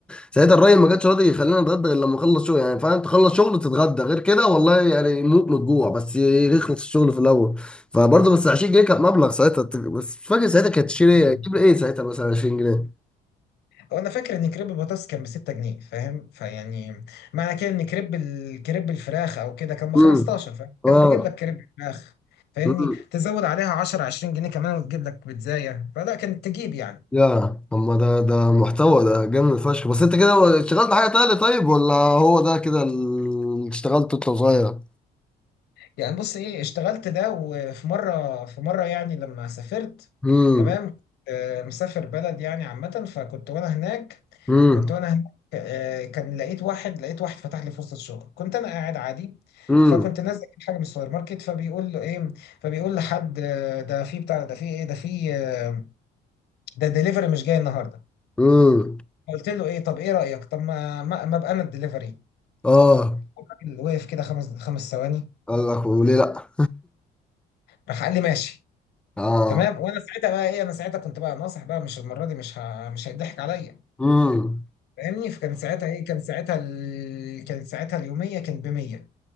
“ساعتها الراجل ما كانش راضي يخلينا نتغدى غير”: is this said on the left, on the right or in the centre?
Centre